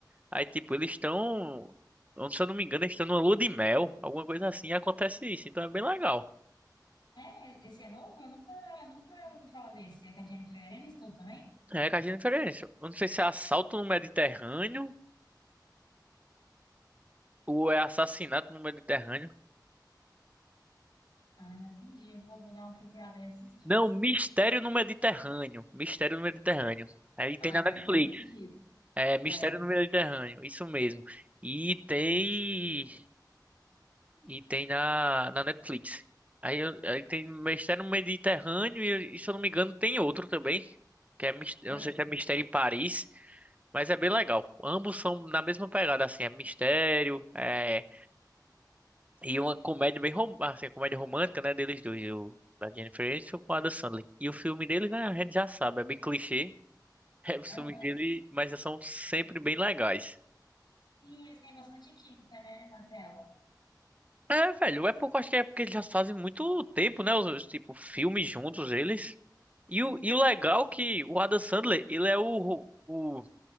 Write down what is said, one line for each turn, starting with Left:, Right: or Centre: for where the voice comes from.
Right: Aí tipo eles estão, se eu não me engano, eles estão numa lua de mel, alguma coisa assim. E acontece isso, então é bem legal.
Left: É, esse é novo? Eu nunca, nunca ouvi falar desse. É com a Jennifer Aniston também?
Right: É, que a gente diferença. Eu não sei se é assalto no Mediterrâneo ou é assassinato no Mediterrâneo.
Left: Ah, entendi. Eu vou, vou dar uma procurada nesses dois.
Right: Não, Mistério no Mediterrâneo. Mistério no Mediterrâneo. Aí tem
Left: Ah,
Right: na Netflix.
Left: faz mais sentido.
Right: É Mistério
Left: É, faz...
Right: no Mediterrâneo, isso mesmo. E tem. E tem na, na Netflix. Aí, eu- aí tem Mistério no Mediterrâneo e, se eu não me engano, tem outro também. Que é, mis- eu
Left: ah,
Right: não sei se é Mistério em Paris, mas é bem legal. Ambos são na mesma pegada, assim, é mistério, é, e uma comédia bem rom, assim, comédia romântica, né, deles dois, o, da Jennifer Aniston com o Adam Sandler. E o filme dele, né, a gente já sabe, é bem clichê. <laughs> É, os
Left: Aham.
Right: filmes dele, mas são sempre bem legais.
Left: Sim, eles têm bastante química, né, na tela.
Right: É, velho, é porque eu acho que é porque eles já fazem muito tempo, né? Os, os, tipo, filmes juntos, eles. E o, e o legal é que o Adam Sandler, ele é o, ro- o,